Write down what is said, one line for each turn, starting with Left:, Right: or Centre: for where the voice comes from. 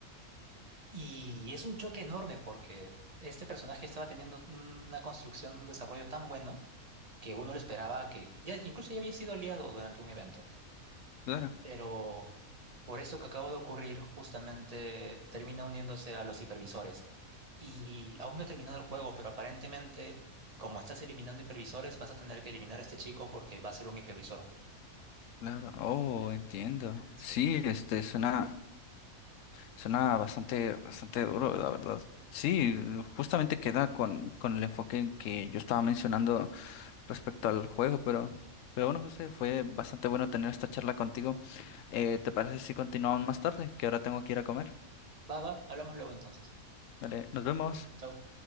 Right: Y es un choque enorme porque este personaje estaba teniendo una construcción, un desarrollo tan bueno que uno lo esperaba que ya incluso ya había sido aliado durante un evento,
Left: claro,
Right: pero por esto que acaba de ocurrir, justamente termina uniéndose a los hipervisores. Y aún no he terminado el juego, pero aparentemente, como estás eliminando hipervisores, vas a tener que eliminar a este chico porque va a ser un hipervisor.
Left: claro. Oh, entiendo.
Right: Sí.
Left: Sí, este, suena. Suena bastante, bastante duro, la verdad. Sí, justamente queda con, con el enfoque que yo estaba mencionando respecto al juego, pero, pero bueno, José, fue bastante bueno tener esta charla contigo. Eh, ¿te parece si continuamos más tarde? Que ahora tengo que ir a comer.
Right: Va, va, hablamos luego entonces.
Left: Vale, nos vemos.
Right: Chao.